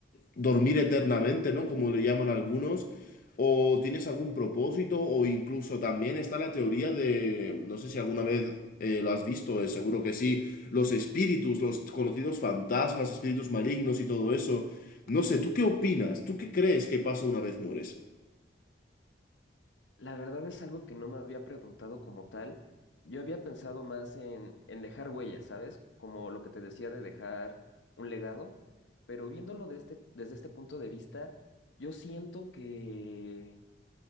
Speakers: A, on the left; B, on the left.
A: dormir eternamente, ¿no? Como le llaman algunos, o tienes algún propósito, o incluso también está la teoría de, no sé si alguna vez eh, lo has visto, eh, seguro que sí, los espíritus, los conocidos fantasmas, espíritus malignos y todo eso. No sé, ¿tú qué opinas? ¿Tú qué crees que pasa una vez mueres?
B: La verdad es algo que no me había preguntado como tal. Yo había pensado más en, en dejar huellas, ¿sabes? Como lo que te decía de dejar un legado, pero viéndolo de este- desde este punto de vista, yo siento que,